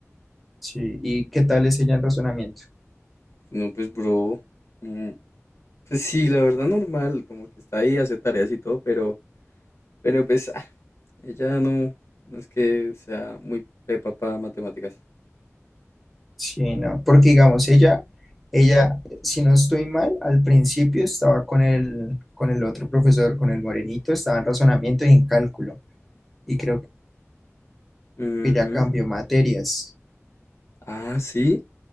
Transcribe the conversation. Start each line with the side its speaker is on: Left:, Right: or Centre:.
Centre: Sí. ¿Y qué tal es ella en razonamiento?
Left: No, pues, bro. mm, Pues sí, la verdad normal, como que está ahí, hace tareas y todo, pero, pero pues, ah, ella no, no es que sea muy pepa para matemáticas.
Centre: Sí, no, porque digamos, ella, ella, si no estoy mal, al principio estaba con el, con el otro profesor, con el morenito, estaba en razonamiento y en cálculo. Y creo
Left: Ujú.
Centre: que ya cambió materias.
Left: Ah, sí.